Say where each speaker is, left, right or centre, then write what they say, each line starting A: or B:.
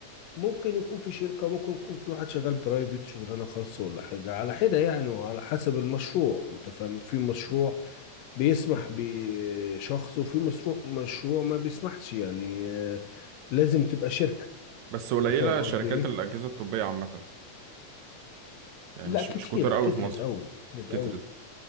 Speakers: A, on the left; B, on the right.
A: ممكن يكون في شركة ممكن يكون في واحد شغال برايفت شغلانة خاصة ولا حاجة على حدة يعني وعلى حسب المشروع انت فاهم في مشروع بيسمح بشخص وفي مشروع مشروع ما بيسمحش يعني آه، لازم تبقى شركة
B: بس قليلة
A: انت فاهم قصدي
B: شركات
A: ايه
B: الأجهزة الطبية عامة يعني
A: لا
B: مش
A: كتيرة
B: مش كتير قوي
A: كترت
B: في مصر
A: قوي كترت
B: كترت
A: قوي